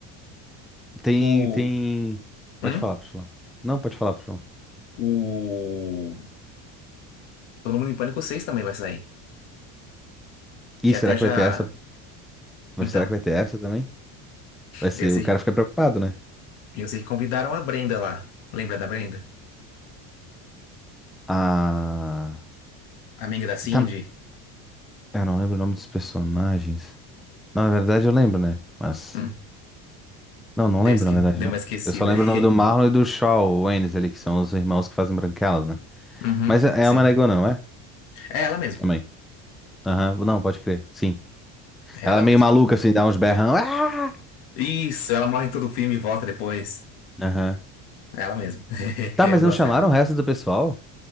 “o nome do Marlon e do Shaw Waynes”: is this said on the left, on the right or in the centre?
Centre